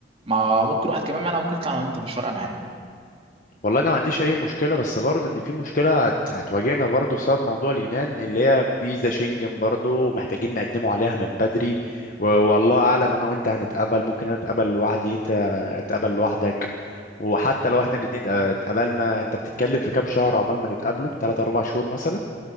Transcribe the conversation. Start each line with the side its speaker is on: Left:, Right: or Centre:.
Right: مع ممكن واحد كمان معانا ممكن نطلع انا وانت مش فارقه معايا
Left: والله انا ما عنديش اي مشكله بس برضه ان في مشكله هت- هتواجهنا برضه بسبب موضوع اليونان اللي هي فيزا شنجن برضه محتاجين نقدمه عليها من بدري و- والله اعلم انا وانت هنتقبل ممكن انا اتقبل لوحدي انت هتقبل لوحدك وحتى لو احنا الاتنين اتقبلنا انت بتتكلم في كام شهر عقبال ما نتقابله 3 4 شهور مثلا